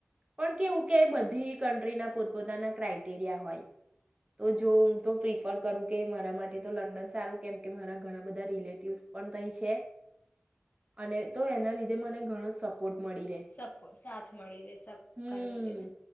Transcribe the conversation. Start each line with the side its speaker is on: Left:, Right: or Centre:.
Right: પણ કેવું કે બધી કન્ટ્રીના પોતપોતાના ક્રાઈટેરિયા હોય તો જો હું તો પ્રિફ ફર કરુ કે મારા માટે તો લંડન સારું કેમ કેરા ઘણા બધા રિલેટિવ પણ છે અને તો એના લીધે મને ઘણો સપોર્ટ મળી રહે
Left: સપ સાથ મળી રે સપકાર
Right: હમ
Left: મળીને